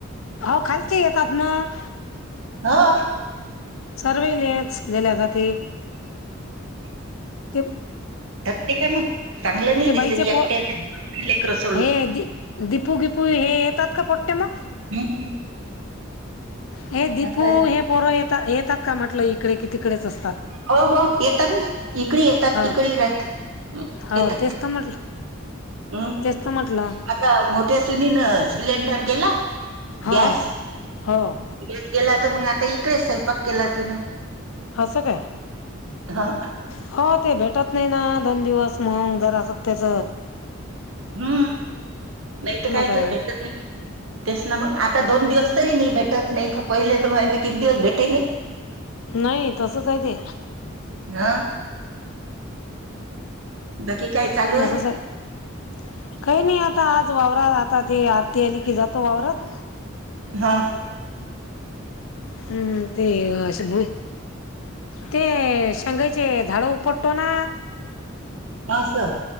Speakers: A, on the left; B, on the right.
A: हो खालचे येतात मग
B: हा.
A: सर्वेलेच गेल्यासाठी ते
B: ते ठीक काय मग चांगलं नाही
A: ते
B: दिस
A: बाईचे
B: एकट्या
A: पोर
B: लेकरू सोडू
A: हे दि दीपू गिपू हे येतात का पोट्टे मग
B: हम्म.
A: हे दीपू
B: असं आहे.
A: हे पोर येत येतात का म्हटलं इकडे की तिकडेच असतात
B: हो हो एकेतन तिकडे येतात
A: हो
B: तिकडे रा
A: हो
B: येतात
A: तेच तर म्हटलं
B: हम्म
A: तेच तर म्हटलं
B: आता मोठ्या सुनीन सिलेंडर गेला?
A: हो
B: गॅस
A: हो
B: गॅस गेला तर मग आता इकडेच प केला तिनं
A: असं काय
B: हा
A: हो ते भेटत नाही ना दोन दिवस मग जरा सत्याच.
B: हम्म नाही तर काय
A: आहे
B: तर भेटत नाही तेस ना मग आता दोन दिवस. तरी नाही भेटतं नाही पहिले तर मा किती दिवस भेटे नाही
A: नाही तसंच आहे ते
B: हा. बाकी? काय चालू
A: तसंच
B: आहे
A: आहे काही नाही आता आज वावरात आता ती आरती आली की जातो वावरात
B: हा.
A: हम्म ते शबु ते शेगायचे झाड उपटटो ना
B: मास